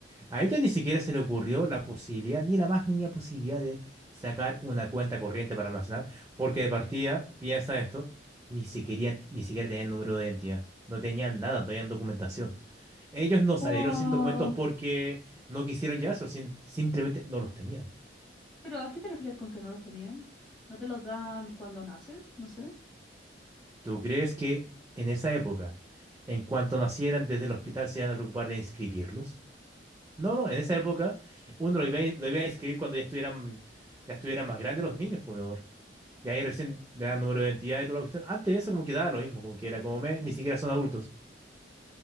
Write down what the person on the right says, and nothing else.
A ella ni siquiera se le ocurrió la posibilidad, ni la más mínima posibilidad de sacar una cuenta corriente para almacenar, porque de partida, piensa esto, ni siquiera, ni siquiera tenían número de identidad, no tenían nada, no tenían documentación. Ellos no
salieron sin documentos porque no quisieron llevarse, simplemente no los tenían.
¿Tú crees que en esa época, en cuanto nacieran desde el hospital, se iban a preocupar de inscribirlos? No, no, en esa época uno lo iba, a- lo iba a inscribir cuando ya estuvieran, ya estuvieran más grandes los niños, por mi Y ahí recién le dan número de identidad y toda la cuestión. Antes de eso como que daba lo mismo, como que era como me, ni siquiera son adultos.